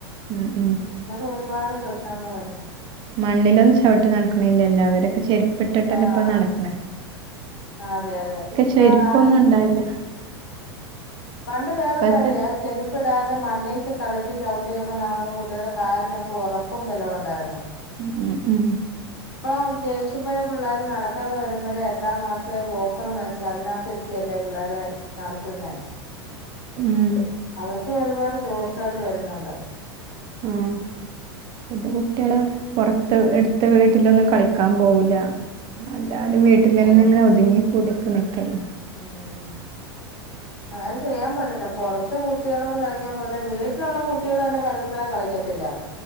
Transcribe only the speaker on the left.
അങ്ങനെ ഒരുപാട് പ്രശ്നങ്ങൾ വരുന്നു
ആഹ്
അതെ അതെ ഇപ്പൊ
ആരു
പണ്ട് വേറൊരു
കാര്യ ചെരുപ്പ് ഇടാതെ മണ്ണിച്ച് കളിച്ച് ചവിട്ടിയൊക്കെ നടന്ന കുട്ടിയുടെ കാലിനൊക്കെ ഉറപ്പും ബലവും ഉണ്ടായിരുന്നു
ഇപ്പൊ ജനിക്കുമ്പോഴെ പിള്ളേർ നടക്കാതെ വരുമ്പോഴെ എട്ടാം മാസം വാക്കർ മേടിച്ച് അതിനകത്തിരിത്തിയല്ലേ പിള്ളേരെ നടത്തുന്നെ
അതൊക്കെ ഒരുപാട് ദോഷായിട്ട് വരുന്നുണ്ട്
ആഹ്
ഉം അങ്ങനെ ചെയ്യാൻ പാടില്ല പൊറത്ത് കുട്ടികളോട് കളിക്കാൻ പോയില്ലെ വീട്ടിലുള്ള കുട്ടികൾ തന്നെ പരസ്പരം കളിക്കത്തില്ല